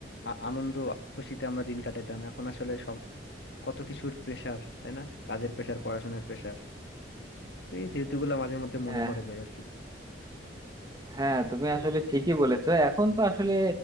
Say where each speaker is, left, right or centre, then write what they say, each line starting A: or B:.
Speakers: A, on the left; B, on the right.
A: আ- আনন্দ খুশিতে আমরা দিন কাটাতাম এখন আসলে সব কত কিছুর প্রেসার তাই না কাজের প্রেসার পড়াশোনার প্রেসার এই স্মৃতিগুলো মাঝে মধ্যে মনে
B: হ্যাঁ
A: পড়ে যায় আর কি
B: হ্যাঁ তুমি আসলে ঠিকই বলেছো এখন তো আসলে